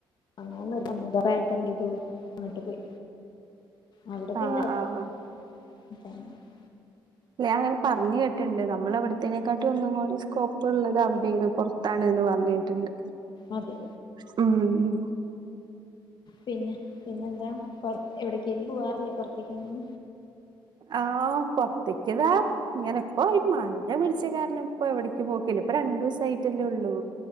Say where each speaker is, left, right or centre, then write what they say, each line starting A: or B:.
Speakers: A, on the left; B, on the right.
A: അങ്ങന നിർബ ന്ധമായിട്ട് അങ്ങോട്ട് പോയി അവിടെ
B: ആഹ്
A: പിന്നെപ്പ്
B: ആഹ്
A: <unintelligible>
B: ഞാ അങ്ങനെ പറഞ്ഞു കേട്ടിണ്ട് നമ്മളിവിടത്തേനെക്കാട്ടി ഒന്നും കൂടി സ്കോപ്പ് ഉള്ളത് അവിടെണ് പോർ ത്തണ്‌ എന്ന് പറഞ്ഞ് കേട്ടണ്ട്
A: അതെ
B: ഉം ഉ
A: പിന്നെ പിന്നെന്താ പുറ എവിടക്കലും പോവാറില്ലേ പുറത്തേക്കെന്നും
B: ആഹ് പോറത്തേക്ക് ദ ഇങ്ങനെ ഇപ്പോ ഈ മഴ പിടിച്ച കാരണം ഇപ്പ എവിടേക്ക് പോക്കില്ല ഇപ്പ രണ്ടുസ ആയിട്ടല്ലേ ഉള്ളൂ